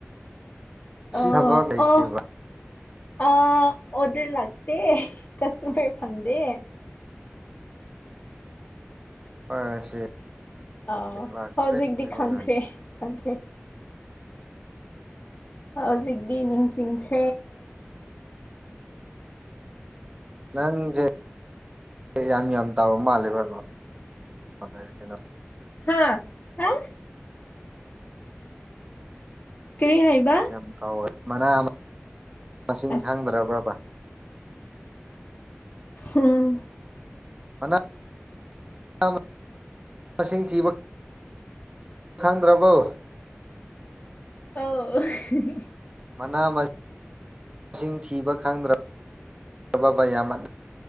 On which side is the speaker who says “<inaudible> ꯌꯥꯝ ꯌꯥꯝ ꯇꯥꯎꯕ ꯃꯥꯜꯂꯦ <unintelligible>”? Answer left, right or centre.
Right